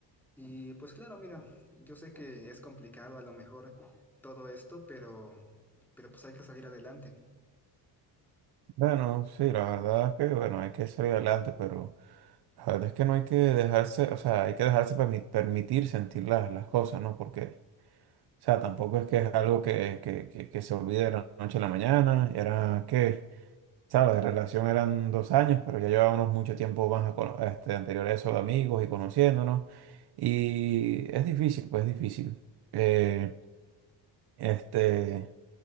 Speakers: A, in the centre; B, on the right (about 60°).
A: Y pues claro, mira, yo sé que es complicado a lo mejor todo esto, pero, pero pues hay que salir adelante.
B: Bueno, sí, la verdad es que, bueno, hay que salir adelante, pero la verdad es que no hay que dejarse, o sea, hay que dejarse permi- permitir sentir las, las cosas, ¿no? Porque, o sea, tampoco es que es algo que, que, que, que se olvide de la noche a la mañana, era que, ¿sabes? De relación eran dos años, pero ya llevábamos mucho tiempo más a cono- este, anterior a eso de amigos y conociéndonos, y es difícil, pues es difícil. Eh, este...